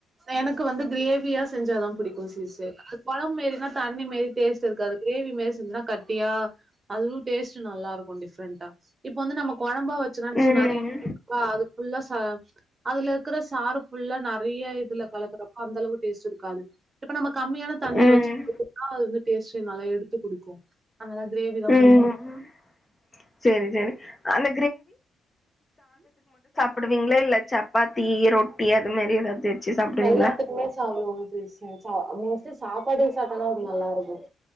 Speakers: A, on the right; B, on the left.
A: எனக்கு வந்து கிரேவியா செஞ்சாதா புடிக்கும் சிஸ்டர் அது கொழம் மேரி தண்ணி மாரி டேஸ்ட் இருக்காது கிரேவி மாரி செஞ்சன்னா கட்டியா அது டேஸ்ட் நல்லா இருக்கோ டிஃப்ரெண்டா இப்ப வந்து நம்ம கொழ ரொம்பா வெச்சோன்னா
B: ம்
A: நெறைய இரு அது புல்லா அதுல இருக்குற சாறு புல்லா நெறைய இதுல கலக்குறப்ப அந்த அளவுக்கு டேஸ்ட் இருக்காது இப்ப நம்ம கம்மியான தண்ணிய
B: ம்
A: வெச்சு கிட்ட அது வந்து டேஸ்டே நல்லா எடுத்து குடுக்கும் அதல்ல கிரேவி தான்
B: ம்
A: புடிக்கும்
B: சேரி சேரி அந்த சாப்படுவீங்களா இல்ல சப்பாத்தி ரொட்டி அது மரி ஏதாவது வச்சு சாப்டுவீங்களா
A: எல்லாத்துக்குமே சாப்பிடுவோம் <unintelligible> சாப்பாடு சாப்பிட்டா அது நல்லா இருக்கும்